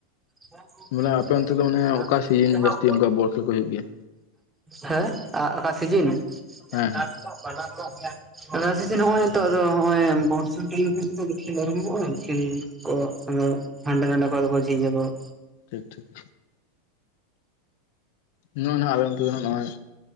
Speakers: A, on the right; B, on the left.
A: ᱦᱮᱸ ᱜᱚᱝᱠᱮ
B: ᱢᱟᱱᱮ
A: ᱞᱟᱹᱭ
B: ᱟᱯᱮ
A: ᱫᱟᱞᱤᱧ
B: ᱚᱱᱛᱮ ᱫᱚ ᱢᱟᱱᱮ
A: ᱟᱹᱵᱤᱱ
B: ᱚᱠᱟ ᱥᱤᱡᱤᱱ
A: ᱡᱟᱦᱟᱸ
B: ᱡᱟᱹᱥᱛᱤ ᱚᱱᱠᱟ ᱵᱚᱞ ᱠᱷᱮᱞ ᱠᱚ ᱦᱩᱭᱩᱜ ᱜᱮᱭᱟ
A: ᱦᱮᱸ ᱚᱠᱟ ᱥᱤᱡᱤᱱ <unintelligible>
B: ᱦᱮᱸ
A: ᱪᱟᱜ
B: ᱦᱮᱸ
A: ᱵᱟᱱᱟ ᱚ ᱜᱮᱭᱟ <unintelligible> ᱟ ᱥᱤᱡᱤᱱ ᱱᱚᱜᱚᱭ ᱛᱚ ᱟᱫᱚ ᱵᱚᱨᱥᱟ ᱛᱟᱭᱚᱢ ᱠᱷᱚᱱ ᱠᱷᱮᱞ ᱟᱨᱵᱷᱚᱜᱼᱟ ᱠᱷᱮᱞ ᱠᱚ ᱷᱟᱸᱱᱰᱮ ᱱᱟᱸᱰᱮ ᱠᱷᱚᱨᱮ ᱠᱚ ᱡᱷᱤᱡ ᱟᱠᱚ <inaudible>
B: ᱴᱷᱤᱠ ᱴᱷᱤᱠ ᱱᱜᱼᱚᱭ ᱱᱟᱜ ᱟᱞᱮ ᱱᱚᱛᱮ ᱫᱚ ᱱᱟᱦᱟᱜ ᱱᱚᱜᱼᱚᱭ